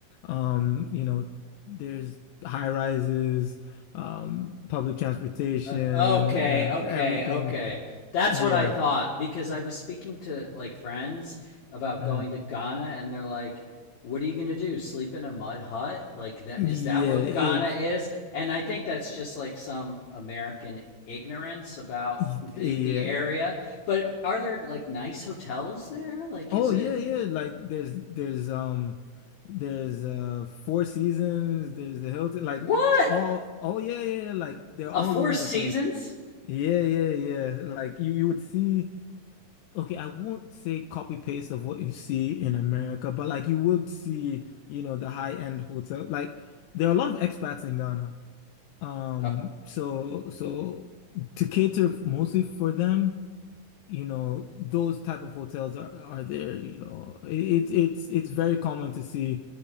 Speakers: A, on the left; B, on the left.
A: Um, you know, there's high rises, um, public transportation,
B: Uh, okay,
A: uh,
B: okay,
A: everything.
B: okay. That's
A: Yeah.
B: what I thought because I was speaking to like friends about
A: Mhm.
B: going to Ghana and they're like, "What are you going to do? Sleep in a mud hut? Like that
A: Yeah,
B: is that what
A: it,
B: Ghana is?" And I think that's just like some American ignorance about
A: it,
B: the the area. But are there like nice hotels there? Like
A: Oh
B: is
A: yeah,
B: it
A: yeah. Like there's there's um there's uh Four Seasons, there's the Hilton, like
B: What?
A: all oh yeah, yeah, yeah, like they're all
B: A Four
A: over
B: Seasons?
A: the place. Yeah, yeah, yeah. Like you you would see okay, I won't say copy paste of what you see in America, but like you would see, you know, the high-end hotel. Like there are a lot of expats in Ghana. Um
B: Uh,
A: so so to cater mostly for them you know those type of hotels are, are there you know it, it's it's very common to see